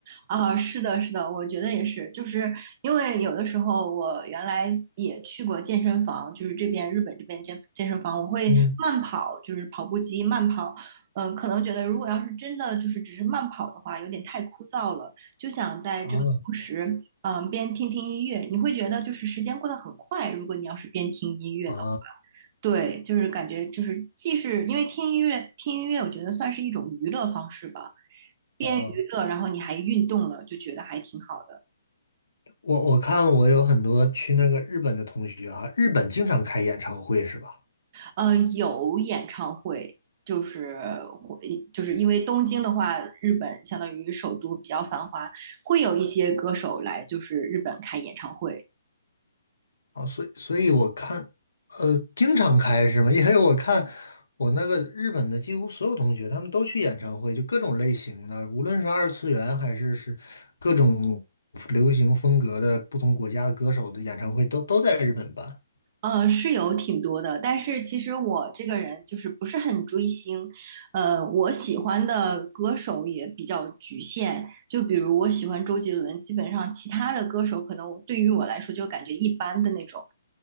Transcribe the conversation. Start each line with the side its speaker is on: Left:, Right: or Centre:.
Right: 啊，是的，是的，我觉得也是，就是因为有的时候我原来也去过健身房，就是这边日本这边健健身房，我会慢跑，
Left: 嗯，
Right: 就是跑步机慢跑，嗯、可能觉得如果要是真的就是只是慢跑的话，有点太枯燥了，就想在这个同时，
Left: 啊
Right: 嗯、边听听音乐，你会觉得就是时间过得很快，如果你要是边听音乐的话。
Left: 啊
Right: 对，就是感觉就是既是因为听音乐，听音乐我觉得算是一种娱乐方式吧，边娱乐然后你还运动了，
Left: 啊！
Right: 就觉得还挺好的。
Left: 我我看我有很多去那个日本的同学啊，日本经常开演唱会是吧？
Right: 呃，有演唱会，就是会就是因为东京的话，日本相当于首都比较繁华，会有一些歌手来就是日本开演唱会。
Left: 哦，所以所以我看，呃，经常开是吗？<laughs> 因为我看我那个日本的几乎所有同学，他们都去演唱会，就各种类型的，无论是二次元还是是各种流行风格的不同国家的歌手的演唱会都，都在日本办
Right: 呃，是有挺多的，但是其实我这个人就是不是很追星，呃，我喜欢的歌手也比较局限，就比如我喜欢周杰伦，基本上其他的歌手可能对于我来说就感觉一般的那种，